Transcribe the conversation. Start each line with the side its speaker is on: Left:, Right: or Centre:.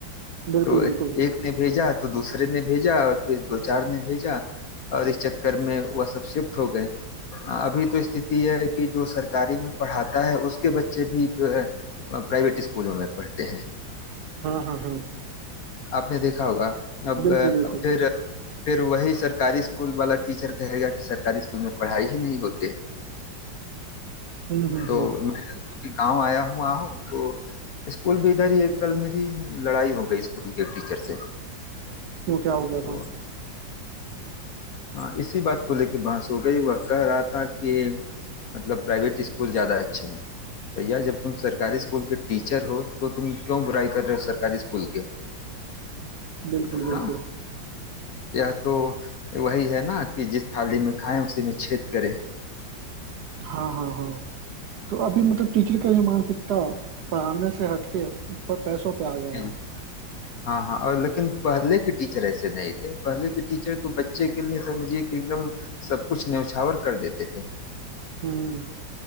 Right: बिल्कुल
Left: तो
Right: बिल्कुल
Left: एक ने भेजा तो दूसरे ने भेजा और फिर दो चार ने भेजा और इस चक्कर में वह सब शिफ्ट हो गए अ, अभी तो स्थिति यह है कि जो सरकारी में पढ़ाता है उसके बच्चे भी प्राइवेट स्कूलों में पढ़ते हैं
Right: हाँ हाँ हाँ
Left: आपने देखा होगा अब
Right: बिल्कुल
Left: अ,
Right: बिल्कुल
Left: फिर फिर वही सरकारी स्कूल वाला टीचर कहेगा कि सरकारी स्कूल में पढ़ाई ही नहीं होती है
Right: हम्म हम्म
Left: तो
Right: हम्म
Left: मैं चूंकि गांव आया हूँ वहाँ हूँ तो स्कूल भी इधर ही है कल मेरी लड़ाई हो गई स्कूल के टीचर से
Right: क्यों क्या हो गया था
Left: तो हाँ इसी बात को लेके बहस हो गई वह कह रहा था कि मतलब प्राइवेट स्कूल ज्यादा अच्छे हैं भैया जब तुम सरकारी स्कूल के टीचर हो तो तुम क्यों बुराई कर रहे हो सरकारी स्कूल के
Right: बिल्कुल बिल्कुल
Left: हाँ यह तो वही है ना कि जिस थाली में खाएं उसी में छेद करें
Right: हाँ हाँ हाँ तो अभी मतलब टीचर का ये मानसिकता पढ़ाने से हटके प- पैसों पे आ गया
Left: जी
Right: है
Left: हाँ हाँ और लेकिन पहले के टीचर ऐसे नहीं थे पहले के टीचर तो बच्चे के लिए समझिए कि एकदम सब कुछ न्यौछावर कर देते थे
Right: हम्म